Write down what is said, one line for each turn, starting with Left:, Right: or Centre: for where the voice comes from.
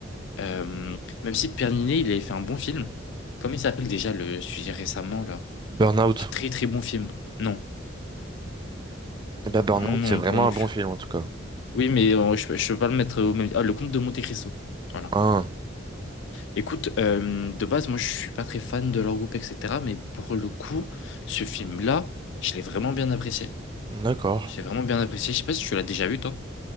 Left: Euh, même si Pierre Ninet, il avait fait un bon film. Comment il s'appelle déjà le sujet récemment, là?
Right: Burnout.
Left: Très très bon film. Non,
Right: Eh ben, Burnout,
Left: non, non,
Right: c'est vraiment
Left: bon.
Right: un
Left: je-
Right: bon film en tout cas.
Left: Oui, mais euh, je, je peux pas le mettre au même. Ah, Le Comte de Monte-Cristo. voilà
Right: Ah,
Left: Écoute, euh, de base, moi, je suis pas très fan de leur groupe, etc. Mais pour le coup, ce film-là, je l'ai vraiment bien apprécié.
Right: d'accord.
Left: Je l'ai vraiment bien apprécié. Je sais pas si tu l'as déjà vu, toi.